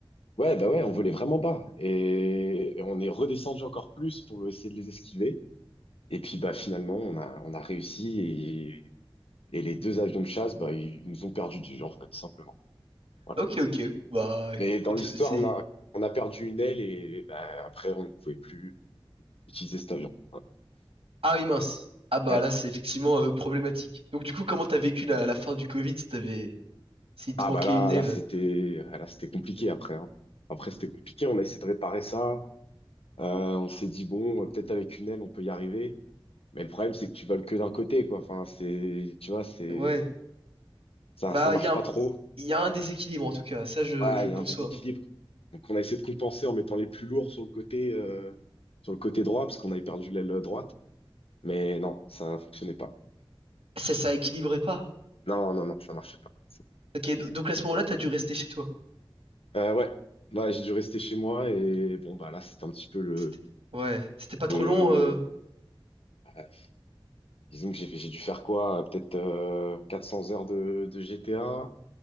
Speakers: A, on the left; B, on the right.
A: Ouais, bah ouais, on volait vraiment bas. Et on est redescendu encore plus pour essayer de les esquiver. Et puis bah finalement, on a, on a réussi. Et, et les deux avions de chasse, bah, ils nous ont perdu du genre, en fait, simplement. Voilà.
B: Ok, ok. Bah, écoute,
A: Mais dans l'histoire,
B: euh, c'est...
A: on a, on a perdu une aile et bah, après, on ne pouvait plus utiliser cet avion. Voilà.
B: Ah oui, mince. Ah bah
A: Ouais.
B: là, c'est effectivement euh, problématique. Donc du coup, comment t'as vécu la, la fin du Covid si t'avais... s'il te
A: Ah
B: manquait
A: bah là,
B: une aile?
A: là, c'était, là, c'était compliqué après. hein. Après, c'était compliqué. On a essayé de réparer ça. Euh, on s'est dit, bon, euh, peut-être avec une aile, on peut y arriver. Mais le problème, c'est que tu voles que d'un côté, quoi. Enfin, c'est, tu vois, c'est,
B: Ouais.
A: ça,
B: Bah,
A: ça marche
B: il y a un...
A: pas trop.
B: il y a un déséquilibre, en tout cas. Ça, je,
A: Ouais,
B: je le
A: il
B: conçois.
A: y a un déséquilibre. Donc, on a essayé de compenser en mettant les plus lourds sur le côté, euh, sur le côté droit, parce qu'on avait perdu l'aile droite. Mais non, ça fonctionnait pas.
B: Ça, ça équilibrait pas.
A: Non, non, non, ça marchait pas. C'est-
B: Ok, do- donc à ce moment-là, t'as dû rester chez toi.
A: Euh, ouais, ouais, j'ai dû rester chez moi et bon, bah là, c'était un petit peu le,
B: C'était- Ouais. C'était pas trop
A: le,
B: long, euh...
A: euh, disons que j'ai, j'ai dû faire quoi? Peut-être euh, 400 heures de, de GTA.